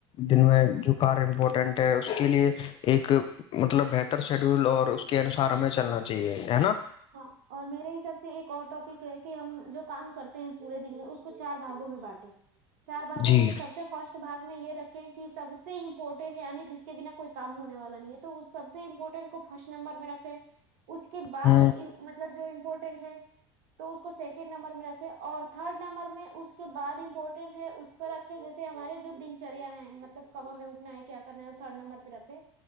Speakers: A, on the left; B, on the right.
A: دن میں جو کار امپورٹینٹ ہے اس کے لیے ایک مطلب بہتر شیڈیول اور اس کے انسار ہمیں چلنا چاہیے ہے نا
B: ہاں اور میرے حساب سے ایک اور ٹاپک ہے کہ ہم جو کام کرتے ہیں پورے دن میں اس کو چار باگوں میں بانٹے چار باگوں
A: جی
B: میں سب سے فرسٹ باگ میں یہ رکھیں کہ سب سے امپورٹینٹ یعنی جس کے بنا کوئی کام ہونے والا نہیں ہے تو اس سب سے امپورٹینٹ کو فرسٹ نمبر میں رکھیں اس کے بعد
A: ہ
B: مطلب جو امپورٹینٹ ہے تو اس کو سیکنڈ نمبر میں رکھتا اور تھرڈ نمبر میں اس کے بد امپورٹینٹ ہے اس کو رکھے جیسے ہمارے جو دن چریا ہے مطلب کب ہمیں اٹھنا ہے کیا کرنا ہے وہ تھرڈ نمبر پہ رکھے